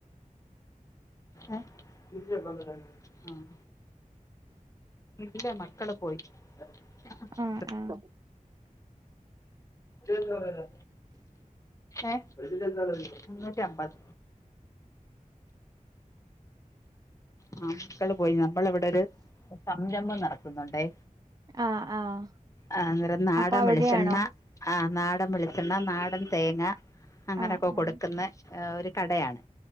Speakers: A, on the left; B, on the right.
A: ഏഹ് ആഹ് ഇല്ല മക്കള് പോയി <unintelligible>
B: ആഹ് ആഹ്
A: എന്താ പറയുന്നേ ഏഹ് മുന്നൂറ്റി അമ്പത് ആഹ് മക്കള് പോയി നമ്മളിവിടെ ഒരു സംരംഭം നടക്കുന്നുണ്ടേ
B: ആഹ് ആഹ്
A: ആഹ് അന്നേരം നാടൻ
B: അപ്പൊ അവിടെയാണോ
A: വെളിച്ചെണ്ണ ആഹ് നാടൻ വെളിച്ചെണ്ണ നാടൻ തേങ്ങ അങ്ങനൊക്കെ
B: ആഹ് ആഹ്
A: കൊടുക്കുന്നെ ഏഹ് ഒരു കടയാണ്